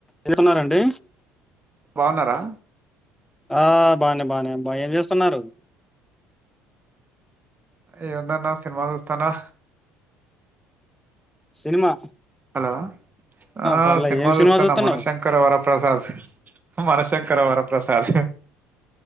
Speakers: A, in the centre; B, on the right.
A: ఎళ్ళు తున్నారండి
B: బాగున్నారా
A: ఆ బానే బాగానే బా ఏం చేస్తున్నారు
B: ఏముందన్నా సినిమా చూస్తున్నా
A: సినిమా
B: హలో ఆ
A: పర్లే
B: సినిమా
A: ఏం
B: చూస్తున్నా
A: చూస్తున్నావు
B: మనశంకర్ వరప్రసాద్ మనశంకర్ వరప్రసాద్